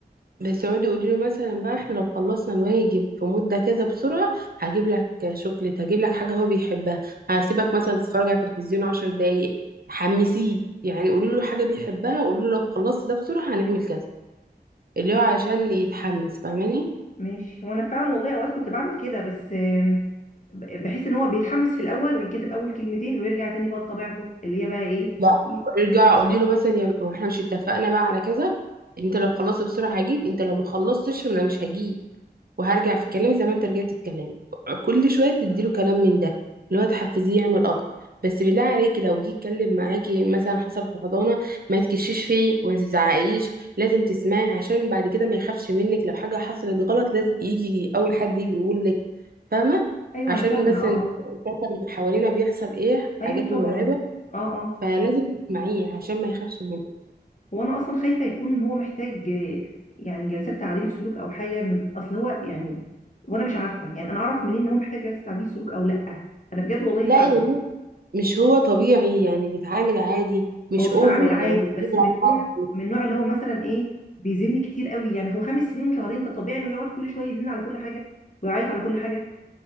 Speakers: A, on the right (about 60°); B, on the left (about 45°).
A: بس يقعدوا يقولوا له مثلا بقى احنا لو خلصنا الواجب في مدة كذا بسرعة هجيب لك شوكليت هجيب لك حاجة هو بيحبها هسيبك مثلا تتفرج على التلفزيون عشر دقايق حمسيه يعني قولوا له حاجة بيحبها قولوا له لو خلصت ده بسرعة هنعمل كذا اللي هو عشان يتحمس فاهماني
B: ماشي وانا فعلا والله اوقات كنت بعمل كده بس آم، ب- بحس ان هو بيتحمس في الاول ويكتب اول كلمتين ويرجع تاني بقى لطبيعته اللي هي بقى ايه
A: لا
B: ي-
A: ويرجع قولي له مثلا يا واحنا مش اتفقنا بقى على كذا انت لو خلصت بسرعة هجيب انت لو ما خلصتش انا مش هجيب وهرجع في كلامي زي ما انت رجعت في كلامك كل شويه تديله كلام من ده اللي هو تحفزيه يعمل اكتر بس بالله عليكي لو جه يتكلم معاكي مثلا حصل في حضانه ما تكشيش فيه وما تزعقيش لازم تسمعي عشان بعد كده ما يخافش منك لو حاجه حصلت غلط لازم يجي اول حد يجي يقول لك فاهمه
B: ايوه
A: عشان
B: انا فاهمه
A: بس
B: اه اه
A: الفترة اللي حوالينا بيحصل ايه
B: ايوه
A: حاجات
B: طبعا
A: مرعبه
B: اه اه
A: فلازم تسمعيه عشان ما يخافش منك
B: هو انا اصلا خايفه يكون هو محتاج آه، يعني جلسات تعديل سلوك او حاجه من اصل هو يعني وانا مش عارفه يعني انا اعرف منين ان هو محتاج جلسه تعديل سلوك او لا انا بجد والله
A: لا
B: فعلا
A: يعني مش هو طبيعي يعني بيتعامل عادي مش
B: هو بيتعامل
A: اوفر
B: عادي
A: يعني
B: بس
A: بيضرب
B: من
A: حد.
B: نوع من نوع اللي هو مثلا ايه بيزن كتير قوي يعني هو خمس سنين وشهرين ده طبيعي انه يقعد كل شويه يزن على كل حاجه ويعيط على كل حاجه